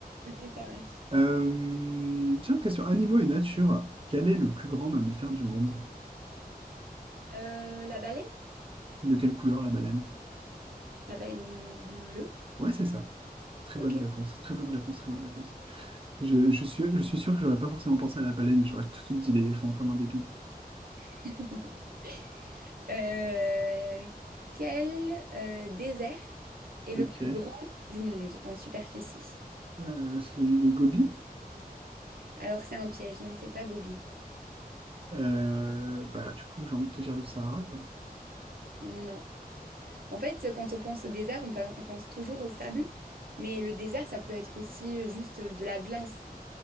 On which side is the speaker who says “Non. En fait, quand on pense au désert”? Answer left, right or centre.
Right